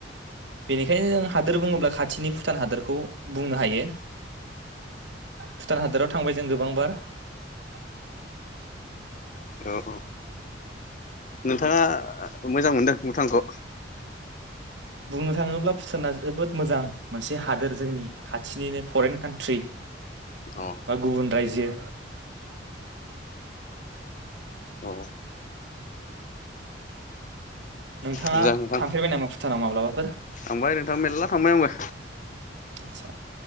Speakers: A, on the right; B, on the left.
A: बेनिखायनो जों हादोर बुङोब्ला खाथिनि भुटान हादोरखौ बुंनो हायो भुटान हादराव थांबाय जों गोबांबार। <unintelligible>
B: औ औ नोंथाङा मोजां मोनदों भुटानखौ?
A: बुंनो थाङोब्ला भुटाना जोबोद मोजां मोनसे हादोर जोंनि खाथिनिनो फरेन कान्ट्रि
B: औ
A: बा गुबुन रायजो।
B: औ
A: नोंथाङा
B: मोजां नोंथां
A: थांफेरबाय नामा भुटानाव माब्लाबाफोर
B: थांबाय नोंथां मेरला थांबाय आंबो
A: आतसा